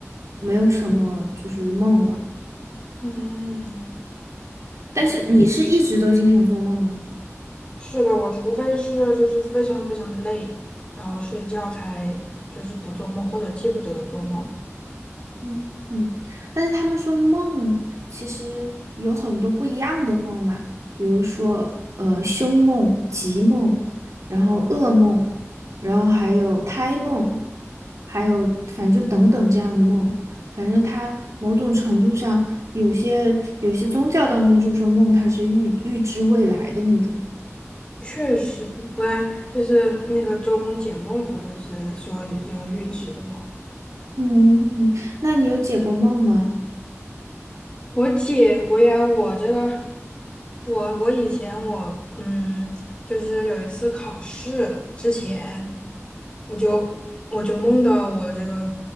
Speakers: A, on the right; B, on the left.
A: 没有什么就是梦了。
B: 嗯，
A: 但是你是一直都经常做梦啊？
B: 好。是的，我除非是就是非常非常累，然后睡觉才就是不做梦或者记不得做梦。
A: 嗯嗯，但是他们说梦其实有很多不一样的梦嘛，比如说呃凶梦、吉梦，然后噩梦，然后还有胎梦，还有反正就等等这样的梦，反正它某种程度上有些有些宗教当中就说梦它是预预知未来的那种。
B: 确实不不然，就是那个周公解梦，不就是说这个预知的吗？
A: 嗯，那你有解过梦吗？
B: 我解过呀，我这个我我以前我嗯，就是有一次考试之前，我就我就梦到我这个